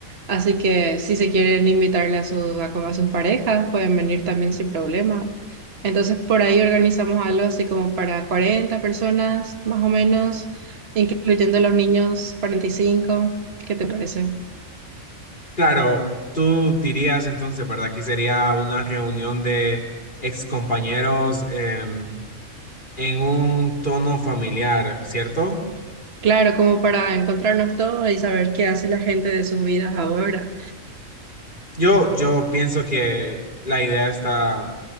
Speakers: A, on the right (about 45°); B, on the left (about 35°).
A: Así que si se quieren invitarle a sus, a, a sus parejas, pueden venir también sin problema. Entonces, por ahí organizamos algo así como para 40 personas más o menos, incluyendo los niños, 45. ¿Qué te parece?
B: Claro, tú dirías entonces, ¿verdad? Que sería una reunión de excompañeros em, en un tono familiar, ¿cierto?
A: Claro, como para encontrarnos todos y saber qué hace la gente de sus vidas ahora.
B: Yo, yo pienso que la idea está